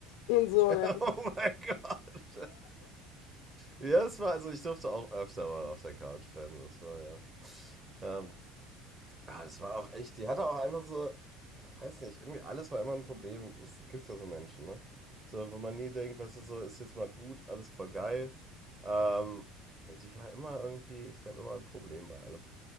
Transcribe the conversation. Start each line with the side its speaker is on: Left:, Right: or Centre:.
Left: Und so,
Right: <laughs> Oh
Left: ne?
Right: mein Gott. Ja, das war, also ich durfte auch öfter mal auf der Couch pennen. Das war ja. Ähm, ah, das war auch echt, die hatte auch einfach so, weiß nicht, irgendwie alles war immer ein Problem. das gibt's ja so Menschen, ne? So, wo man nie denkt, weißt du, so ist jetzt mal gut, alles voll geil. Ähm, ja, die war immer irgendwie, es gab immer ein Problem bei allem.